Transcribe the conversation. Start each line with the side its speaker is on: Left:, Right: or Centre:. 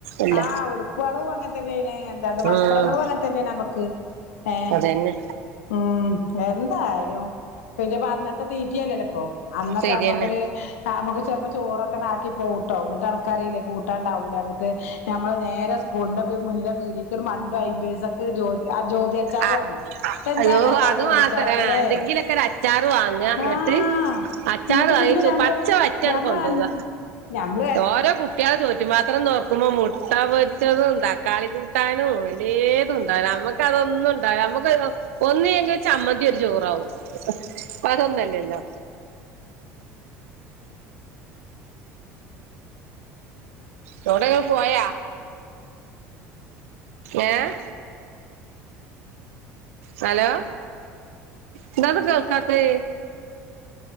Right: അല്ല
Left: ആഹ് ഉടുപ്പളും അങ്ങൻത്തന്നെണ് എന്താ വസ്ത്രങ്ങളും
Right: ഉം
Left: അങ്ങെ അങ്ങേൻ തന്നെയാ നമുക്ക് ഏഹ്
Right: അതന്നെ
Left: ഉം എന്തായാലും പിന്നെപ്പോ അന്നത്തെ തീറ്റിയല്ലല്ലോപ്പോ അന്നൊക്കെ
Right: ശരിയന്നെ
Left: നമ്മക്കൊരു ആഹ് നമ്മക്ക് ചെലപ്പോ ചോറൊക്കെ ആക്കി പോകൂട്ടോ ന്നിട്ട് അൻക്കറിയില്ലേ കൂട്ടാൻണ്ടാവൂലാന്ന് ന്നിട്ട് ഞമ്മൾ നേരെ സ്കൂൾന്റെ മുന്നിലെ പീടിയെക്ക്‌ മണ്ടും അയിമ്പേസക്ക്നേ ക്ക്‌ ജോതി ആഹ് ജ്യോതി അച്ചാറും
Right: ആ
Left: വാങ്ങും എന്താ
Right: അയ്യോ
Left: രസാ
Right: അത്
Left: ജ്യോതി
Right: മാത്രം
Left: അച്ചാറൊക്കെല്ലേ
Right: ആഹ് എന്തെങ്കിലൊക്കെ ഒരു അച്ചാർ വാങ്ങന്നിട്ട്
Left: ആഹ്
Right: അച്ചാർ
Left: ഇങ്ങിട്ട്
Right: വാങ്ങിച്ചു
Left: പിന്നെ ഞമ്മള്
Right: പച്ച വറ്റാണ്
Left: ഞമ്മള്
Right: കൊണ്ടോവ
Left: അഞ്ച് ഞമ്മള്
Right: ഓരോ കു കുട്ടിയാളെ ചോറ്റുപാത്രം തോർക്കുമ്പോ മുട്ട പൊരിച്ചതും തക്കാളി കൂട്ടാനും എല്ലേ ന്നുണ്ടാവൂല നമ്മക്ക അതൊന്നും ഉണ്ടാവൂല നമ്മക്ക് ഒന്നില്ലെങ്കി ഒര് ചമ്മന്തി ഒരു ചോറാവും പ്പോ അതൊന്നല്ലല്ലോ ചൂടക്കെ പോയ ഏഹ് ഹലോ എന്താന്ന് കേൾക്കാത്തെ